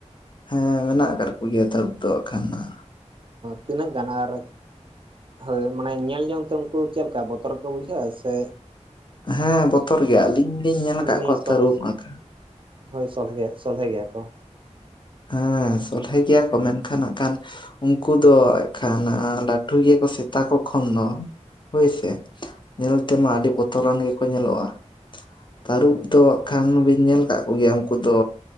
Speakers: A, on the left; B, on the right.
A: ᱦᱮᱸ, ᱢᱮᱱᱟᱜ ᱟᱠᱟᱫ ᱠᱚ ᱜᱮᱭᱟ ᱛᱟᱹᱨᱩᱯ ᱫᱚ ᱮᱠᱷᱟᱱ ᱾
B: ᱛᱤᱱᱟᱹᱜ ᱜᱟᱱ ᱟᱨ ᱦᱳᱭ, ᱢᱟᱱᱮ ᱧᱮᱞ ᱡᱚᱝ ᱛᱮ ᱩᱱᱠᱩ ᱪᱮᱫ ᱞᱮᱠᱟ ᱵᱚᱛᱚᱨ ᱠᱚ ᱵᱩᱡᱷᱟᱹᱜᱼᱟ ᱥᱮ
A: ᱦᱮᱸ, ᱵᱚᱛᱚᱨ ᱜᱮᱭᱟ ᱟᱹᱞᱤᱧ ᱞᱤᱧ ᱧᱮᱞ ᱟᱠᱟᱫ
B: ᱮᱢᱱᱤ
A: ᱠᱚᱣᱟ ᱛᱟᱹᱨᱩᱵᱽ
B: ᱥᱚᱜ
A: ᱟᱸᱠᱷᱟᱱ ᱾
B: ᱦᱳᱭ ᱥᱚᱞᱦᱮ ᱜᱮ ᱥᱚᱞᱦᱮ ᱜᱮᱭᱟ ᱠᱚ ᱾
A: ᱦᱮᱸ, ᱥᱚᱞᱦᱮ ᱜᱮᱭᱟ ᱠᱚ ᱢᱮᱱᱠᱷᱟᱱ ᱦᱟᱸᱜ ᱠᱷᱟᱱ ᱩᱱᱠᱩ ᱫᱚ ᱮᱜᱠᱷᱟᱱ ᱞᱟᱹᱴᱩ ᱜᱮᱠᱚ ᱥᱮᱛᱟ ᱠᱚ ᱠᱷᱚᱱ ᱫᱚ ᱾ ᱦᱳᱭ ᱥᱮ, ᱧᱮᱞ ᱛᱮᱢᱟ ᱟᱹᱰᱤ ᱵᱚᱛᱚᱨᱟᱱ ᱜᱮᱠᱚ ᱧᱮᱞᱚᱜᱼᱟ ᱾ ᱛᱟᱹᱨᱩᱵ
B: ᱟᱪᱪᱷᱟ
A: ᱫᱚ ᱦᱟᱸᱜ ᱠᱷᱟᱱ ᱵᱤᱱ ᱧᱮᱞ ᱠᱟᱜ ᱠᱚ ᱜᱮᱭᱟ, ᱩᱱᱠᱩ ᱫᱚ